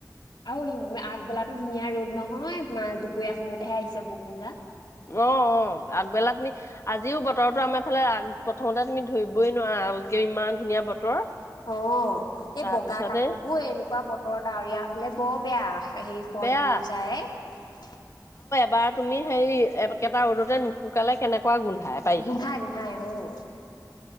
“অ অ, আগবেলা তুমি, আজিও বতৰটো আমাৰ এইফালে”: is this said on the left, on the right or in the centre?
Left